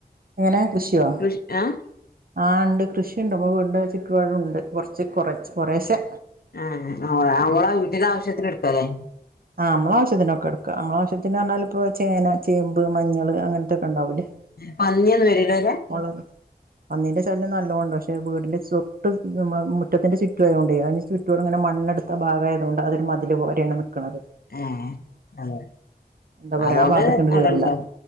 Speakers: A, on the right; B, on the left.
A: എങ്ങനെ കൃഷിയോ
B: കൃഷി ആഹ്
A: ആഹ് ഉണ്ട് കൃഷിയുണ്ട് നമ്മൾ വീടിന്റെ ചുറ്റുപാടും ഇണ്ട് കുറച്ച് കുറച്ച് കുറേശ്ശെ
B: ആഹ് അവ നമ്മളെ വീട്ടിലെ ആവശ്യത്തിന് എടുക്കല്
A: ആ മളെ ആശ്യത്തിനൊക്കെ എടുക്ക ആഹ് നമ്മളെ ആവശ്യത്തിന് ഒക്കെയാ എടുക്കുക നമ്മളെ ആവശ്യത്തിന് പറഞ്ഞാല് ഇപ്പോ ചേന ചേമ്പ് മഞ്ഞൾ അങ്ങനത്തൊക്കെയുണ്ടാവൂലേ
B: പന്നിയൊന്നും വരൂല്ല അല്ലേ
A: മൊളക് പന്നീന്റെ ശല്യം നല്ലോണം ഉണ്ട് പക്ഷെ വീടിന്റെ തൊട്ട് നമ്മ മുറ്റത്തിന്റെ ചുറ്റുവയത്കൊണ്ടേ അവടെ അങ്ങനെ മണ്ണെടുത്ത ഭാഗമായതുകൊണ്ട് അതൊരു മതില് പോലെയാണ് നിക്ക്ണത്
B: ഏഹ് അതെ
A: എന്താ പറയാ
B: അതുകൊണ്ട്
A: ആ ഭാഗത്ത്ക്കണ്ട്
B: അവിടുണ്ടാവും
A: കേറൂല